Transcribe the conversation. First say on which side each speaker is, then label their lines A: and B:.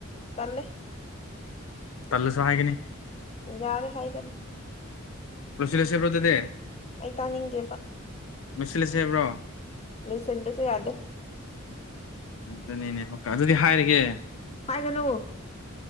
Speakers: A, on the left; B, on the left.
A: ꯇꯂꯦ
B: ꯇꯂꯁꯨ ꯍꯥꯏꯒꯅꯤ
A: ꯌꯥꯔꯦ ꯍꯥꯏ ꯀꯅ
B: ꯔꯁꯤ ꯂꯁꯕꯗꯗ
A: ꯑꯩ ꯇꯥꯅꯤꯡꯗꯦꯕ
B: ꯂꯣꯏꯁꯤꯜꯂꯁꯦ ꯕ꯭ꯔꯣ
A: ꯂꯁꯟꯗꯁꯨ ꯌꯥꯗ
B: ꯑꯗꯨꯅꯤꯅꯦ ꯑꯃꯨꯀ ꯑꯗꯨꯗꯤ ꯍꯥꯏꯔꯒꯦ
A: ꯍꯥꯏꯥꯏꯗꯅꯣ